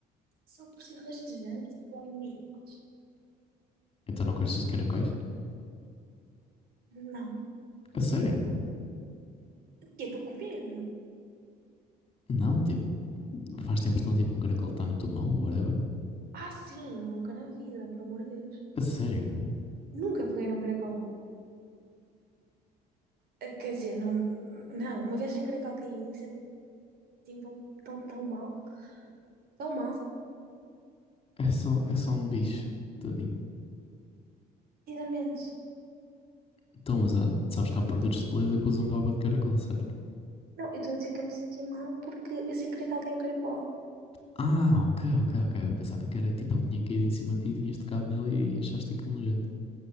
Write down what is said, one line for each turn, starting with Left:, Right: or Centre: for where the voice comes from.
Right: Só por ser rastejante ou imigrantes.
Left: Então não gostas de caracóis?
Right: Não.
Left: A sério?
Right: Que é para comer.
Left: Não, tipo, faz-te a impressão tipo um caracol está na tua mão, whatever.
Right: Ah, sim, nunca na vida, pelo amor de Deus.
Left: A sério?
Right: Nunca peguei num caracol. Ah, Quer dizer, não, não, uma vez sem caracol caiu me senti tão, tão, tão mal, tão mal,
Left: É só, é só um bicho, tadinho.
Right: precisamente.
Left: Então, mas há, sabes que há produtos de beleza que usam baba de caracol, certo?
Right: Não, eu estou a dizer que eu me senti mal porque eu sem caracol caí um caracol.
Left: Ah, ok, ok, ok. Eu pensava que era tipo, ele tinha caído em cima de ti, e tinhas tocado nele e achaste aquilo nojento.